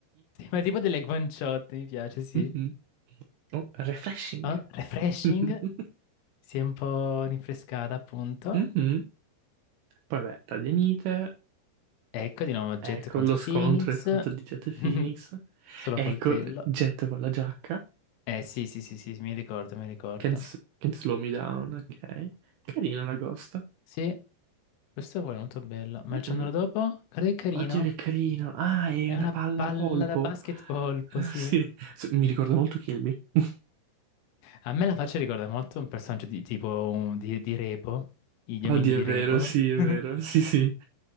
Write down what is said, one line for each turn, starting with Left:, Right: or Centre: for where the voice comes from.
Left: Sì, Ma tipo delle guanciotte, mi piace, sì.
Right: Mhm. Oh, refreshing.
Left: Ah, refreshing,
Right: <laughs>
Left: si è un po' rinfrescata appunto.
Right: Mhm. Poi vabbè, tadianite.
Left: Ecco di nuovo oggetto
Right: Ecco
Left: contro
Right: lo scontro
Left: Phoenix.
Right: esatto di Jet e Phoenix.
Left: <laughs> Solo
Right: Ecco
Left: coltello.
Right: Jet con la giacca.
Left: Eh sì, sì, sì, sì, sì, mi ricordo, mi ricordo.
Right: Can't, s- can't slow me down, ok. Carino l'agosto.
Left: Sì, questo è pure molto bello. Ma
Right: Mm-mm.
Left: il ciondolo dopo? Guarda che carino.
Right: Oddio che carino. Ah, è
Left: È
Right: una
Left: una
Right: palla
Left: palla
Right: a polpo.
Left: da basketball,
Right: <laughs>
Left: sì.
Right: Sì, S- mi ricorda molto Kirby. <laughs>
Left: A me la faccia ricorda molto un personaggio di tipo un- di, di Repo, gli
Right: Oddio,
Left: omini di
Right: è vero,
Left: Repo.
Right: sì, è vero.
Left: <laughs>
Right: Sì, sì.